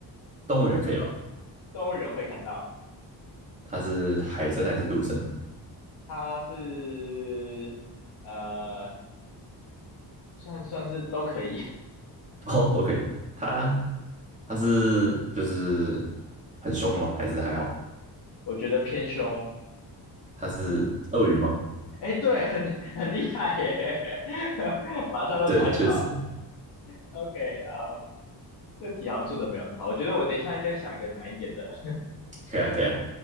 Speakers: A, on the right; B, on the left.
A: 动物园可以吧？
B: 动物园会看到。
A: 它是海生还是陆生的？
B: 它是呃，算算是都可以，
A: 哦，都可以。它它是就是很凶吗？还是还好？
B: <laughs> 我觉得偏凶。
A: 它是鳄鱼吗？
B: 哎，对，很很厉害耶，<laughs> 马上就猜到了。
A: 对，确实，
B: OK，呃，这题好像出的没有很好，我觉得我等一下应该想一个难一点的。
A: 可以啊，可以啊。